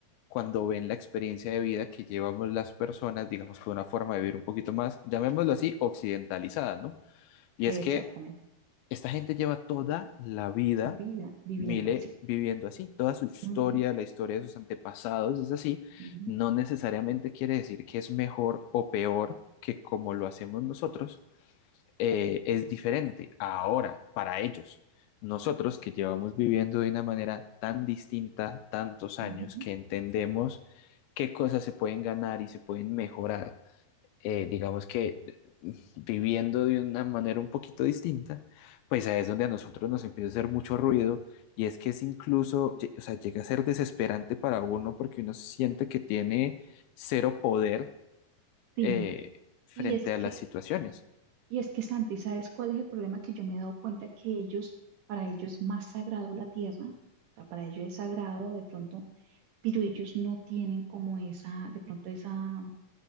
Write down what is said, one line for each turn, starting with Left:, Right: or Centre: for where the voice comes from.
Left: cuando ven la experiencia de vida que llevamos las personas, digamos que una forma de vivir un poquito más, llamémoslo así, occidentalizada, ¿no? Y
Right: exactamente,
Left: es que esta gente lleva toda la vida,
Right: su vida viviendo
Left: Mile,
Right: así.
Left: viviendo así, toda su historia,
Right: Ujú,
Left: la historia de sus antepasados es así,
Right: ujú,
Left: no necesariamente quiere decir que es mejor o peor que como lo hacemos nosotros eh, es diferente ahora para ellos. Nosotros que llevamos viviendo de una manera tan distinta tantos
Right: ujú.
Left: años que entendemos qué cosas se pueden ganar y se pueden mejorar, eh, digamos que eh, viviendo de una manera un poquito distinta, pues ahí es donde a nosotros nos empieza a hacer mucho ruido y es que es incluso, lle- o sea, llega a ser desesperante para uno porque uno siente que tiene cero poder
Right: Sí,
Left: eh, frente
Right: y es
Left: a
Right: que
Left: las situaciones.
Right: Y es que Santi, ¿sabes cuál es el problema? Que yo me he dado cuenta que ellos, para ellos es más sagrado la tierra, o sea, para ellos es sagrado de pronto, pero ellos no tienen como esa, de pronto esa